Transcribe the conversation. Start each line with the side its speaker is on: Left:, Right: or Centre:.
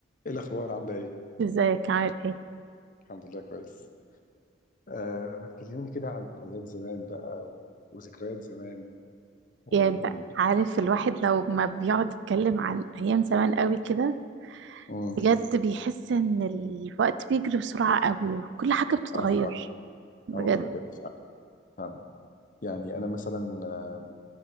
Left: ايه الاخبار عامله ايه
Right: ازيك عامل ايه
Left: الحمد لله كويس آه ما تكلميني كده عن ايام زمان بقى و... وذكريات زمان وال
Right: يعني انت عارف الواحد لو ما بيقعد يتكلم عن ايام زمان قوي كده
Left: مم.
Right: بجد بيحس ان الوقت بيجري بسرعة قوي وكل حاجة بتتغير
Left: اه والله
Right: بجد
Left: اه والله بجد آه، فعلا يعني انا مثلا آه